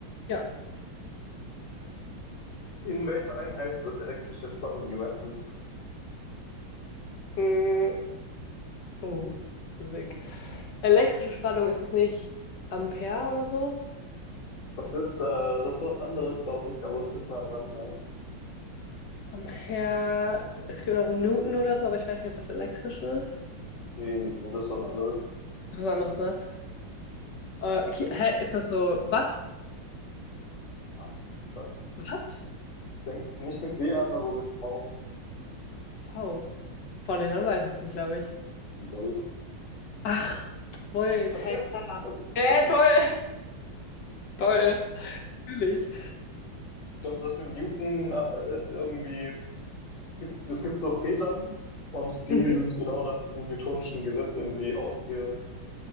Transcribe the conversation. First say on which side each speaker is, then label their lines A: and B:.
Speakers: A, on the left; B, on the left.
A: <laughs> Ja.
B: In welcher Einheit wird elektrische Spannung gemessen?
A: Mm, Oh, Musik. Elektrische Spannung, ist es nicht Ampere oder so?
B: Das ist, äh, das ist was anderes, glaube ich, aber du bist nah dran, ja.
A: Ampere, es gibt noch Newton oder so, aber ich weiß nicht, ob das elektrisch ist.
B: Nee, nee, nee, das ist was anderes.
A: Das ist was anderes, ne? Äh, Ki- hä, ist das so Watt?
B: Was? Was?
A: Watt?
B: Fängt nicht mit W an, aber mit V.
A: V. Von denen, dann weiß ich es nicht, glaube ich.
B: Volt.
A: Ach, Volt,
B: <laughs>
A: hä, klar. Hä, toll. <laughs> Toll. Natürlich.
B: Ich glaube, das mit Newton äh, ist irgendwie. gibt, es gibt so Federn und die
A: Mhm.
B: sind genau nach diesem Newtonschen Gesetz irgendwie ausge.